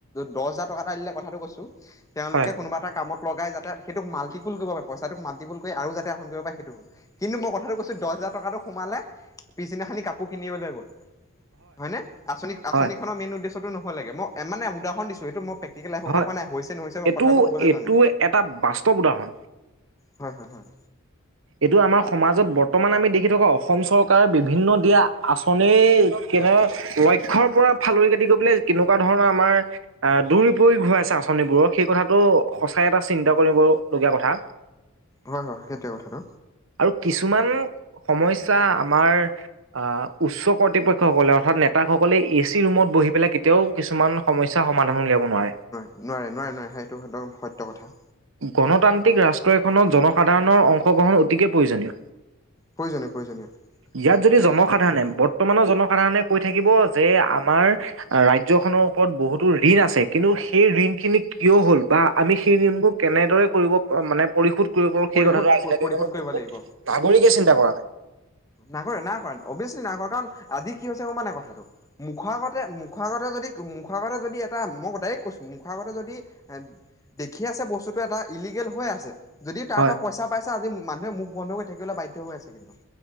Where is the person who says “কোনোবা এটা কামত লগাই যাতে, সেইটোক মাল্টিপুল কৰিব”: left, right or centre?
Left